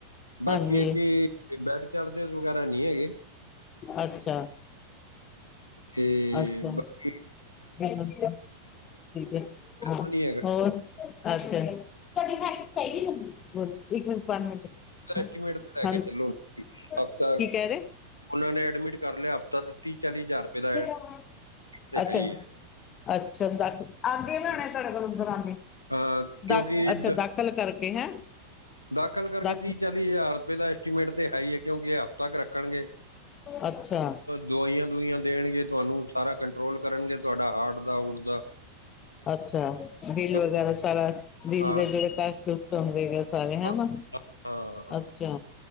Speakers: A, on the left; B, on the left.
A: ਬਾਕੀ
B: ਹਾਂਜੀ
A: ਇਹ ਕਿ ਤੇ ਬੈਡ ਚਾਰਜਿਸ ਵਗੈਰਾ ਨੀ ਹੈਗੇ।
B: ਅੱਛਾ।
A: ਤੇ
B: ਅੱਛਾ
A: ਬਾਕੀ,
B: <unintelligible> ਠੀਕ ਹੈ ਹਾਂ
A: ਉਹ ਨਹੀਂ ਹੈਗਾ
B: ਹੋਰ ਅੱਛਾ ਜੀ ਤੁਹਾਡੇ ਹੈਗੀ <unintelligible> ਇੱਕ ਮਿੰਟ ਪੰਜ ਮਿੰਟ ਹਾਂ
A: ਐਸਟੀਮੇਟ ਤੇ ਲੈ ਕੇ
B: ਹਾਂਜੀ
A: ਚੱਲੋ ਹਫਤਾ
B: ਕੀ ਕਹਿ ਰਹੇ?
A: ਉਹਨਾਂ ਨੇ ਐਡਮਿਟ ਕਰ ਲਿਆ ਹਫ਼ਤਾ ਤੇ ਤੀ ਚਾਲੀ ਹਜ਼ਾਰ ਦਾ
B: ਇਹ ਡਰੌਗ ਬਣਾਇਆ
A: ਤੇ
B: ਅੱਛਾ
A: ਹੈ ਹੀ ਹੈ
B: ਅੱਛਾ ਡ ਆਗੇ ਲੈਣੇ ਤੁਹਾਡੇ ਕੋਲ ਅੰਦਰ ਆਗੇ
A: ਹਾਂ ਕਿਉਂਕਿ
B: ਡ ਅੱਛਾ
A: ਦ-
B: ਡ ਕਲ ਕਰਕੇ ਹੈਂ।
A: ਦਾਖਲ ਕਰਕੇ
B: ਦਾ
A: ਤੀਹ ਚਾਲੀ ਹਜ਼ਾਰ ਰੁਪਏ ਦਾ ਐਸਟੀਮੇਟ ਤੇ ਹੈ ਈ ਏ ਕਿਉਂਕਿ ਐਹ ਹਫ਼ਤਾ ਏਕ ਰੱਖਣਗੇ।
B: ਅੱਛਾ।
A: ਦਵਾਈਆਂ-ਦੁਈਆਂ ਦੇਣਗੇ ਤੁਹਾਨੂੰ, ਸਾਰਾ ਕੰਟਰੋਲ ਕਰਨਗੇ ਤੁਹਾਡਾ ਹਾਰਟ ਦਾ ਹਊਟ ਦਾ।
B: ਅੱਛਾ, ਬਿੱਲ
A: ਜੋ
B: ਵਗੈਰਾ ਸਾਰਾ ਬਿੱਲ
A: ਹਾਂ
B: ਦੇ ਜਿਹੜੇ ਟੈਸਟ ਟੂਸਟ ਚੰਬੇ ਗਏ ਸਾਰੇ
A: ਹਾਂ
B: ਹੈਨਾ
A: ਹਾਂ
B: ਅੱਛਾ।